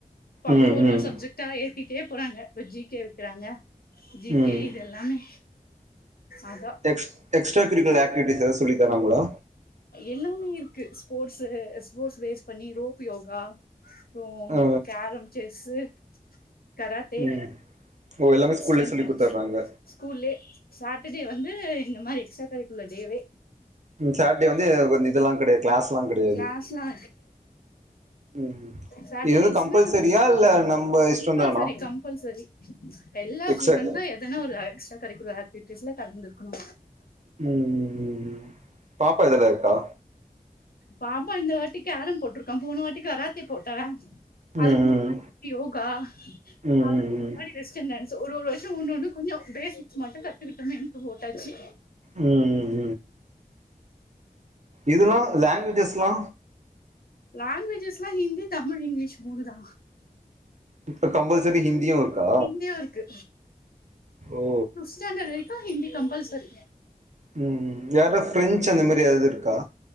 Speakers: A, on the left; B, on the right.
A: இப்ப அப்டியே
B: ம்
A: ஒரு
B: ம்
A: ஒரு சப்ஜெக்ட் டா ஏத்திட்டே போறாங்க இப்ப ஜி கே வக்றாங்க ஜி
B: ம்
A: கே
B: ம்
A: இது எல்லாமே அதா
B: எக்ஸ் எக்ஸ்ரா கரிக்குலர் ஆக்டிவிட்டிஸ் எதா சொல்லித்தறாங்களா
A: எல்லாமே இருக்கு ஸ்போட்ஸ் ஸ்போட்ஸ் பேஸ் பண்ணி ரோப் யோகா அப்றோ
B: ஆ
A: கேரம் செஸ்சு கராத்தே
B: ம் ஓ எல்லாமே ஸ்கூல்லே
A: ஸ்டென்னு
B: சொல்லி குடுத்தர்றாங்க
A: ஸ்கூல்லே சாட்டர்டே வந்து இந்த மாதிரி எக்ஸ்ட்ரா கரிக்குலர் டேவே
B: ம் சட்டே வந்து கொஞ்ச இதெல்லா கெடையாது கிளாஸ்லா கெடையாது
A: கிளாஸ்லா
B: ம்
A: சாட்டடேஸ்னா
B: இது வந்து கம்பல்சரியா இல்ல நம்ம
A: கம்பல்செரி
B: இஷ்டந்தானா
A: கம்பல்செரி எல்லா
B: எக்ஸ்ட்ரா
A: ஸ்டுடெண்டு எ இதனா ஒரு எக்ஸ்ரா கரிக்குலர் ஆக்டிவிட்டிஸ்ல கலந்து இருக்கணு
B: ம் ம் ம் ம் ம் ம் பாப்பா எதுலா இருக்கா
A: பாப்பா இந்த வாட்டி கேரம் போட்டிருக்கா போன வாட்டி கராத்தே போட்டா அதுக்கு
B: ம்
A: முன் யோகா
B: ம்
A: அதுக்கு
B: ம் ம் ம்
A: முன்னாடி வெஸ்டன் டான்ஸ் ஒரு ஒரு வர்ஷோ ஒன்னொ ஒன்னு கொஞ்சோ பேசிக்ஸ் மட்டு கத்துக்கிட்டமே போட்டாச்சி
B: ம் ம் இதுல்லா லாங்குவேஜஸ்ல்லா
A: லாங்குவேஜஸ்ல்லா ஹிந்தி தமிழ் இங்கிலீஷ் மூணுதா
B: இப்ப கம்பல்செரி ஹிந்தியு இருக்கா
A: ஹிந்தியு இருக்கு
B: ஓ
A: ஃப்த் ஸ்டாண்டட்வரைக்கு ஹந்தி கம்பல் செரி
B: ம் ம் வேயாராவது ஃப்ரெஞ்சு அந்த மாதிரி எதாவது இருக்கா